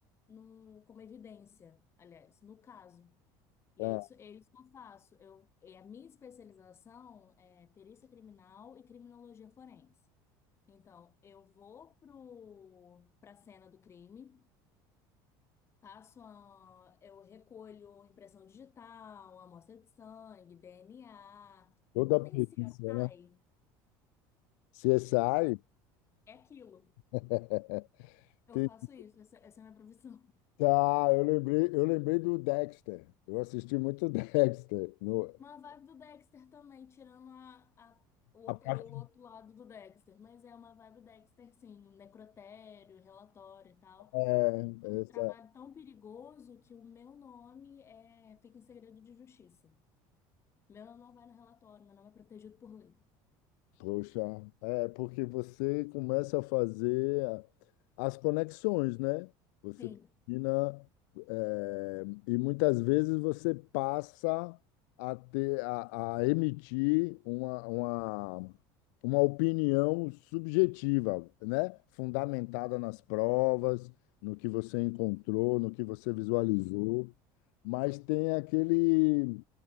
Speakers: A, on the left; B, on the left.
A: no, como evidência, aliás, no caso. E
B: é,
A: é isso, é isso que eu faço. Eu, é a minha especialização é perícia criminal e criminologia forense. Então, eu vou pro, para a cena do crime, passo a, eu recolho impressão digital, amostra de sangue, DNA.
B: Toda
A: Não
B: a
A: tem
B: perícia,
A: CSI?
B: né?
A: Ou
B: CSI?
A: seja, é aquilo.
B: <laughs>
A: Eu
B: Tem-
A: faço isso, essa, essa é a minha profissão.
B: Tá, eu lembrei, eu lembrei do Dexter. Eu assisti muito <laughs> Dexter. No,
A: Uma vibe do Dexter também, tirando a, a, o outro,
B: a parte,
A: o outro lado do Dexter. Mas é uma vibe Dexter, sim. um Necrotério, relatório e tal.
B: é, é,
A: Um trabalho tão perigoso que o meu nome é, fica em segredo de justiça. Meu nome não vai no relatório, meu nome é protegido por lei.
B: Poxa, é porque você começa a fazer a- as conexões, né? Você
A: Sim.
B: termina, é, e muitas vezes você passa a ter, a, a emitir uma, uma, uma opinião subjetiva, né? Fundamentada nas provas, no que você encontrou, no que você visualizou, mas tem aquele